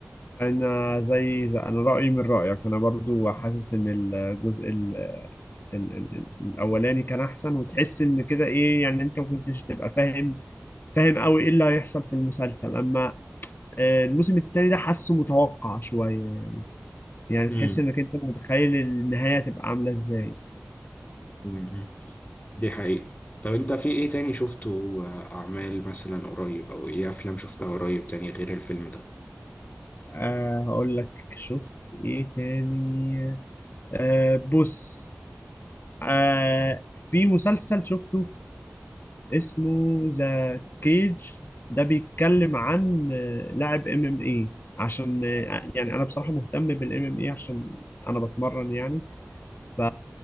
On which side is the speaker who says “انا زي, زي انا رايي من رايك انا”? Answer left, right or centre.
Left